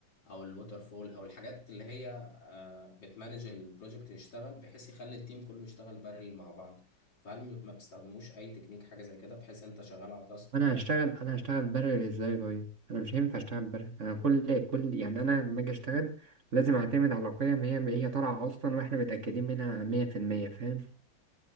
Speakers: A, on the left (about 60°); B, on the right (about 40°).
A: او الووتر فول او الحاجات اللي هي آه، بتمانج البروجكت يشتغل بحيث يخلي التيم كله يشتغل بارل مع بعض فهل م- ما بتستخدموش اي تكنيك حاجه زي كده بحيث انت شغال على تاسك
B: انا هشتغل انا هشتغل برر ازاي طيب انا مش هينفع اشتغل برر انا كل كل يعني انا لما اجي اشتغل لازم اعتمد على قيم هي هي طالعه اصلا واحنا متاكدين منها 100% فاهم